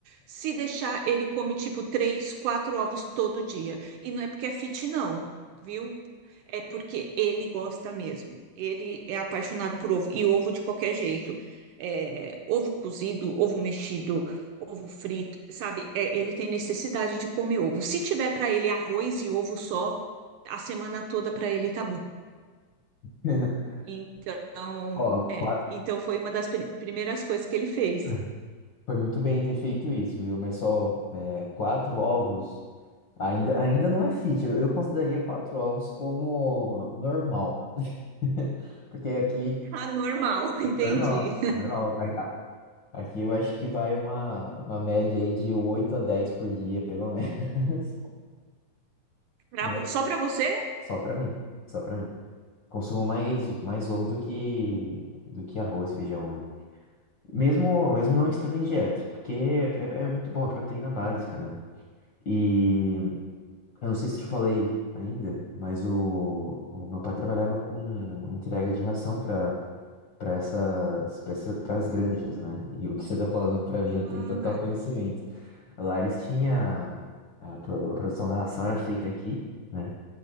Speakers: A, on the right; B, on the left.
A: Se deixar, ele come tipo três, quatro ovos todo dia. E não é porque é fit, não, viu? É porque ele gosta mesmo. Ele é apaixonado por ovo, e ovo de qualquer jeito. É, ovo cozido, ovo mexido, ovo frito, sabe? É, ele tem necessidade de comer ovo. Se tiver para ele arroz e ovo só a semana toda para ele tá bom.
B: <laughs>
A: Então,
B: Ó,
A: é,
B: qua-
A: então foi uma das pri- primeiras coisas que ele fez.
B: uhum. Foi muito bem ter feito isso, viu? Mas só é, quatro ovos ainda, ainda não é fit. Eu, eu consideraria quatro ovos como normal. <laughs> Porque aqui,
A: Ah, normal, <laughs> entendi.
B: normal, normal. A- a- Aqui eu acho que vai uma, uma média aí de 8 a 10 por dia, pelo menos. <laughs>
A: Pra
B: Mas
A: vo- só para você?
B: só pra mim, só pra mim. Consumo mais, mais ovo do que, do que arroz, feijão, né? Mesmo, mesmo não estando em dieta, porque é, é- é muito bom, é proteína básica, né? E eu não sei se te falei ainda, mas o, o meu pai trabalhava com entrega de ração para para essas, para essa, as granjas, né? E o que você tá falando para mim, eu
A: Ah,
B: tenho total conhecimento. Lá eles tinha a, pro- a produção da ração era feita aqui, né?